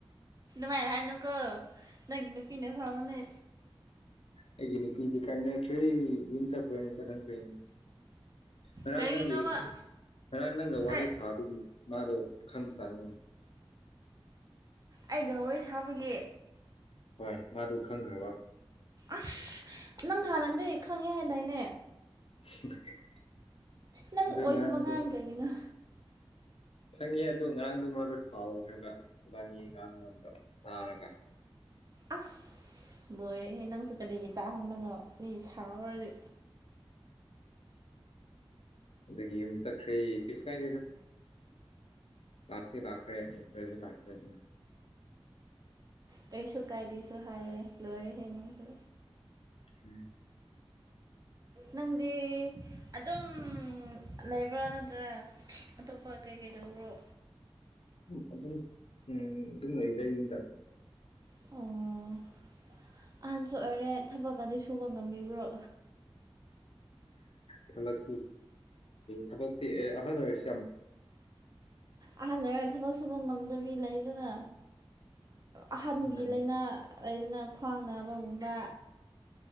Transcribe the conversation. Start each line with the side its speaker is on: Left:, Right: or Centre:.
Right: ꯃꯥꯏ ꯍ ꯍꯥꯏꯅꯀꯣ ꯅꯪ ꯀꯅꯨ ꯄꯤꯅꯣ ꯆꯕꯅꯦ
Left: ꯑꯩ ꯀꯗꯤ ꯀꯥꯏꯅꯁꯨ ꯏꯇꯣꯏꯅꯤ ꯐꯅꯤ ꯉꯔꯥꯡ
Right: ꯀꯩꯒꯤꯅꯣꯕ
Left: ꯅꯪꯒꯤ ꯉꯔꯥꯡ ꯅꯪꯒ ꯋꯥꯔꯤ
Right: ꯀꯩ
Left: ꯁꯥꯕꯒꯤ ꯃꯥꯗꯣ ꯈꯪꯕ ꯆꯥꯅꯤꯡꯉꯤ
Right: ꯑꯩ ꯋꯥꯔꯤꯦ ꯁꯥꯕꯒꯤ
Left: ꯍꯣꯏ ꯃꯥꯗꯨ ꯈꯪꯈ꯭ꯔꯕ
Right: ꯑꯁ ꯅꯪ ꯍꯥꯟꯅꯟꯗꯦ ꯈꯪꯉꯦ ꯍꯥꯏꯦꯟꯗꯥꯏꯅꯦ
Left: <inaudible>
Right: ꯅꯪ
Left: ꯑꯗꯨ
Right: ꯑꯣꯏꯗꯕꯉꯥꯡꯈꯩꯒꯤꯅ
Left: ꯉꯔꯥꯡꯗꯣ ꯈꯪꯉꯦ ꯑꯗꯣ ꯑꯔꯥꯡꯗꯣ ꯃꯥꯗꯣ ꯁꯥꯎ꯭ꯔꯦꯕ ꯏꯕꯥꯅꯤꯒꯤ ꯑꯉꯥꯡ ꯅꯗꯣ ꯇꯥꯔꯒ
Right: ꯑꯁ ꯂꯣꯏꯔꯦꯍꯦ ꯅꯪꯁꯨ ꯀꯔꯤꯒꯤ ꯇꯥꯍꯟꯕꯅꯣ ꯃꯤ ꯁꯥꯎꯔꯗꯤ
Left: ꯑꯗꯒꯤ ꯌꯨꯝ ꯆꯈꯩ ꯀꯥꯔꯤꯂ <inaudible> ꯂꯥꯛꯇꯩ ꯂꯥꯛꯈꯔ ꯖꯤ <inaudible> ꯂꯥꯛꯊꯣꯏꯅꯤ
Right: ꯀꯩꯁꯨ ꯀꯥꯏꯗꯦꯁꯨ ꯍꯥꯏꯌꯦ ꯂꯣꯏꯔꯦ ꯍꯦ ꯅꯪꯁꯨ
Left: ꯎꯝ
Right: ꯅꯪꯗꯤ ꯑꯗꯨꯝ ꯂꯩꯕ꯭ꯔꯥ ꯅꯠꯇ꯭ꯔꯥ ꯑꯇꯣꯞꯄ ꯀꯩꯀꯩ ꯇꯧꯕꯔꯣ
Left: ꯎ ꯑꯗꯨꯝ ꯎꯝ ꯑꯗꯨꯝ ꯂꯩꯗ ꯌꯨꯝꯗ
Right: ꯑꯣ ꯑꯍꯟꯁꯨ ꯑꯣꯏꯔꯦ ꯊꯕꯛ ꯑꯗꯨ ꯁꯨꯕ ꯉꯝꯃꯤꯕ꯭ꯔꯣ
Left: ꯊꯕꯀꯤ ꯊꯕꯛ ꯑꯍꯥ ꯑꯣꯏ
Right: ꯑꯍꯥꯟꯕ ꯊꯕꯛ ꯁꯨꯕ ꯉꯝꯗꯕꯤ ꯂꯩꯗꯅ ꯑꯍꯟꯒꯤ
Left: ꯑꯍꯟ
Right: ꯂꯥꯏꯅꯥ ꯂꯩꯅ ꯈ꯭ꯋꯥꯡ ꯅꯥꯕꯒꯨꯝꯕ